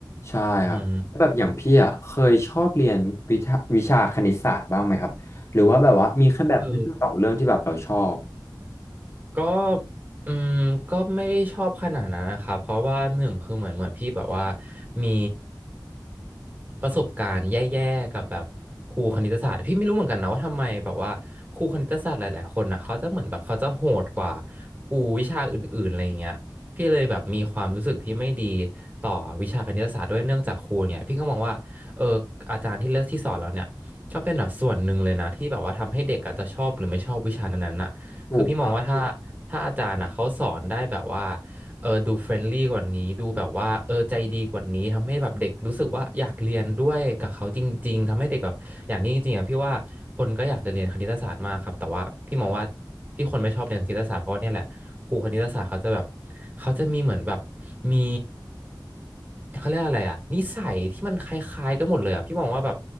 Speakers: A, on the left; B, on the right.
A: ใช่ครับแล้วแบบอย่างพี่อะเคยชอบเรียนวิทะวิชาคณิตศาสตร์บ้างไหมครับหรือว่าแบบว่ามีแค่แบบเรื่องสองเรื่องที่แบบเราชอบ
B: อืมอือ ก็อืมก็ไม่ได้ชอบขนาดนั้นนะครับเพราะว่าหนึ่งคือเหมือนเหมือนพี่แบบว่ามีประสบการณ์แย่ๆกับแบบครูคณิตศาสตร์พี่ไม่รู้เหมือนกันนะว่าทำไมแบบว่าครูคณิตศาสตร์หลายๆคนนะเขาจะเหมือนแบบเขาจะโหดกว่าครูวิชาอื่นๆอะไรเงี้ยพี่เลยแบบมีความรู้สึกที่ไม่ดีต่อวิชาคณิตศาสตร์ด้วยเนื่องจากครูเนี่ยพี่ก็มองว่าเอออาจารย์ที่เลือกที่สอนเราเนี่ยก็เป็นแบบส่วนหนึ่งเลยนะที่แบบว่าทำให้เด็กอาจจะชอบหรือไม่ชอบวิชานั้นๆน่ะ
A: ถูกครับ
B: คือพี่มองว่าถ้าถ้าอาจารย์อ่ะเขาสอนได้แบบว่าเออดูเฟรนลี่กว่านี้ดูแบบว่าเออใจดีกว่านี้ทำให้แบบเด็กรู้สึกว่าอยากเรียนด้วยกับเขาจริงๆทำให้เด็กแบบอย่างนี้จริงๆอ่ะพี่ว่าคนก็อยากจะเรียนคณิตศาสตร์มากครับแต่ว่าพี่มองว่าที่คนไม่ชอบเรียนคณิตศาสตร์เพราะว่าเนี่ยแหละครูคณิตศาสตร์เขาจะแบบเขาจะมีเหมือนแบบมีเขาเรียกอะไรอ่ะนิสัยที่มันคล้ายๆกันหมดเลยอ่ะพี่มองว่าแบบ